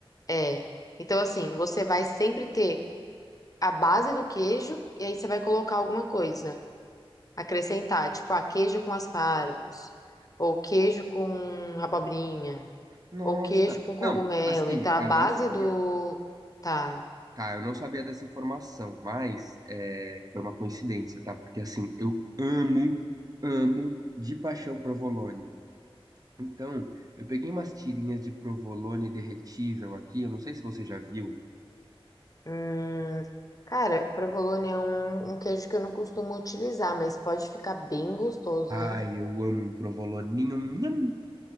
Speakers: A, on the left (about 35°); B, on the right (about 40°).
A: É. Então, assim, você vai sempre ter a base do queijo e aí você vai colocar alguma coisa. Acrescentar, tipo, ah, queijo com aspargos, ou queijo com abobrinha,
B: Nossa!
A: ou queijo com cogumelo.
B: Não, assim,
A: Então, a
B: eu
A: base
B: não sabia.
A: do. Tá.
B: Tá, eu não sabia dessa informação, mas é, foi uma coincidência, tá? Porque, assim, eu amo, amo de paixão provolone. Então, eu peguei umas tirinhas de provolone derretível aqui, eu não sei se você já viu.
A: Hum, Cara, provolone é um, um queijo que eu não costumo utilizar, mas pode ficar bem gostoso, hein?
B: Ai, eu amo um provoloninho, nham,